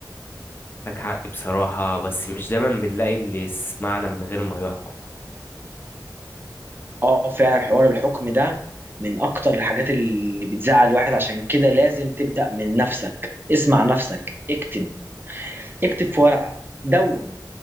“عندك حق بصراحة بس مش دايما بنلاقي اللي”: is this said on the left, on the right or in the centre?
Left